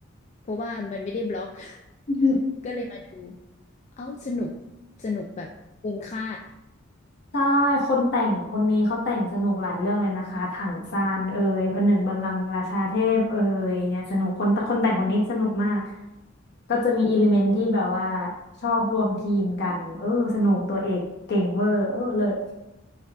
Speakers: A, on the left; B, on the left.
A: เพราะว่ามันไม่ได้บล็อก <laughs>
B: อือหือ
A: ก็เลยมาดูเอ้าสนุกสนุกแบบเกินคาด
B: ใช่คนแต่งคนนี้เขาแต่งสนุกหลายเรื่องเลยนะคะถังซานเอ่ยผนึกบัลลังก์ราชาเทพเอ่ยเนี่ยสนุกคนแต่คนแต่งคนนี้สนุกมากก็จะมีอิเลเมนที่แบบว่าชอบรวมทีมกันเออสนุกตัวเอกเก่งเวอร์เออเลิศ